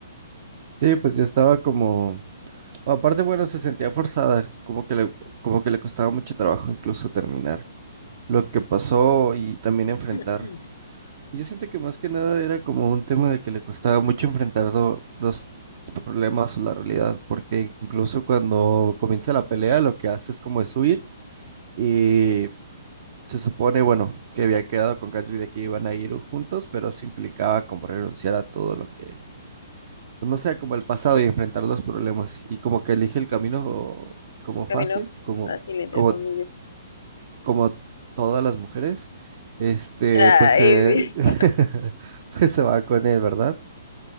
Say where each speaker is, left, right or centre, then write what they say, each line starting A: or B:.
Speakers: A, on the right (about 40°); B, on the left (about 75°).
A: Sí, pues yo estaba como... Aparte, bueno, se sentía forzada, como que le, como que le costaba mucho trabajo incluso terminar lo que pasó y también enfrentar.
B: <clears throat>
A: Yo siento que más que nada era como un tema de que le costaba mucho enfrentar do- los problemas o la realidad, porque incluso cuando comienza la pelea, lo que hace es como es huir y Se supone, bueno, que había quedado con Gatsby de que iban a ir juntos, pero se implicaba como renunciar a todo lo que, pues, no sé, como el pasado y enfrentar los problemas. Y como que elige el camino como fácil,
B: Caminó
A: como,
B: fácil, entre
A: como,
B: comillas.
A: como todas las mujeres, este,
B: Ay,
A: pues, eh, <laughs>
B: <laughs>
A: pues se va con él, ¿verdad?